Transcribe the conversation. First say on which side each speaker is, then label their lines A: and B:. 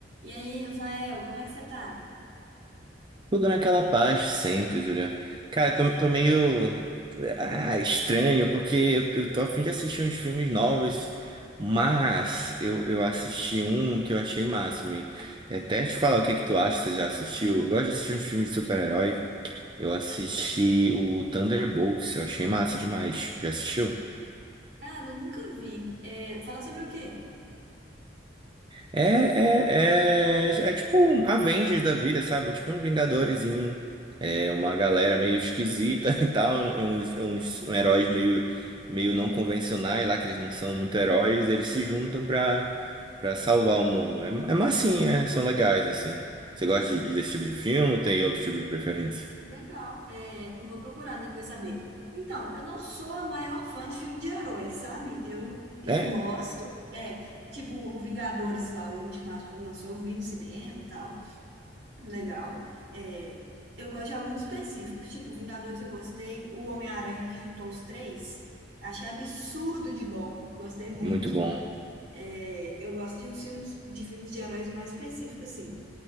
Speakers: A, on the right (about 75°); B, on the right (about 25°).
A: E aí, Rafael, como é que você tá?
B: Tudo naquela paz de sempre, Julia. Cara, eu tô, tô meio ah, estranho, porque eu, eu tô a fim de assistir uns filmes novos, mas eu, eu assisti um que eu achei máximo. E Até te falar o que que tu acha, você já assistiu? Eu gosto de assistir uns filmes de super-herói. Eu assisti o Thunderbolts, eu achei massa demais. Já assistiu?
A: Cara, eu nunca vi. É, fala sobre o quê?
B: É, é, é, é tipo um Avengers da vida, sabe? É Tipo um Vingadorezinho. É uma galera meio esquisita <laughs> e tal, uns, uns heróis meio, meio não convencionais lá, que eles não são muito heróis, eles se juntam pra, pra salvar o mundo. É, é massinha, é, são legais, assim. Você gosta de- desse tipo de filme ou tem outro tipo de preferência?
A: Legal, é, vou procurar depois saber. Então, eu não sou a maior fã de filme de heróis, sabe? Eu, eu
B: É?
A: gosto. É, tipo o Vingadores lá, o Ultimato, quando lançou, eu vi no cinema e tal. Legal. É, eu gosto de alguns específicos, tipo Vingadores eu gostei, o Homem-Aranha que juntou os três. Achei absurdo de bom, gostei muito.
B: Muito bom.
A: É, eu gosto de uns filmes de filmes de heróis mais específicos, assim.